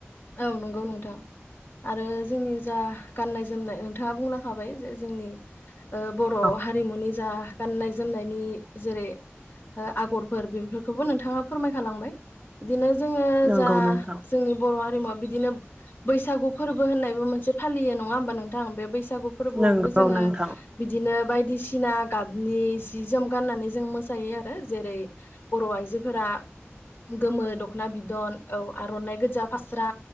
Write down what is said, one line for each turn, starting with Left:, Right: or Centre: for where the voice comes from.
Left: औ नंगौ नोंथां आरो जोंनि जा गाननाय जोमनाय नोंथाङा बुंलां खाबाय जे जोंनि बर'
Right: औ
Left: हारिमुनि जा गाननाय जोमनायनि जेरै आगर। फोर बेफोरखौबो नोंथाङा फोरमायखालांबाय बिदिनो जोङो
Right: नंगौ
Left: जा
Right: नोंथां
Left: जोंनि बर' बिदिनो बैसागु फोरबो होननायबो मोनसे फालियो नङा होनबा नोंथां बे बैसागु बैसागु फोरबोआवबो
Right: नंगौ
Left: जोङो
Right: नोंथां
Left: बिदिनो बायदिसिना गाबनि सि जोम गाननानै जों मोसायो आरो जेरै बर' आइजोफोरा। गोमो दख'ना बिदन औ आर'नाइ गोजा फास्रा